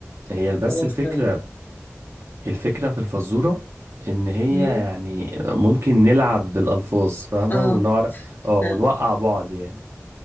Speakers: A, on the right; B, on the left.
A: هي بس
B: خلاص
A: الفكرة
B: تمام
A: الفكرة في الفزورة ان هي
B: مم.
A: يعني ممكن نلعب بالالفاظ فاهمة
B: اه
A: ونعرف اه ونوقع
B: فعلا
A: بعض يعني